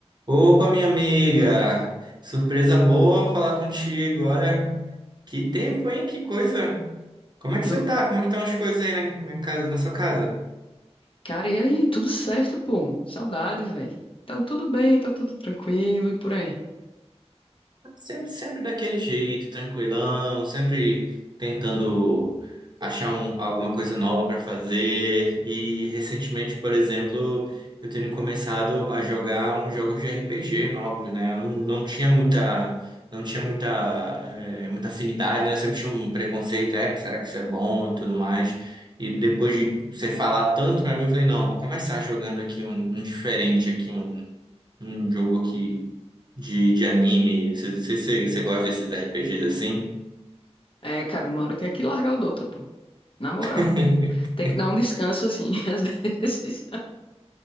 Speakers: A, on the right; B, on the left.
A: Opa, minha amiga! Surpresa boa falar contigo. Olha, que tempo, hein? Que coisa! Como é que
B: Que
A: você
B: l-
A: tá? Como é que estão as coisas aí na, na casa, na sua casa?
B: Cara, e aí? Tudo certo, pô? Saudade, velho. Tá tudo bem, tá tudo tranquilo e por aí.
A: Sempre, sempre daquele jeito, tranquilão, sempre tentando achar um- alguma coisa nova para fazer. E recentemente, por exemplo, eu tenho começado a jogar uns jogos de RPG novos, né? Eu não, não tinha muita, não tinha muita, eh, muita afinidade, né? Eu Sempre tinha um preconceito, é, será que isso é bom e tudo mais. E depois de você falar tanto para mim, eu falei, não, vou começar jogando aqui um, um diferente aqui, um, um jogo aqui de, de anime. Você você- você- você gosta desses RPGs assim?
B: É, cara, uma hora tem que largar o Dota, pô. Na moral.
A: <laughs>
B: Tem que dar um descanso, assim, <laughs> às vezes.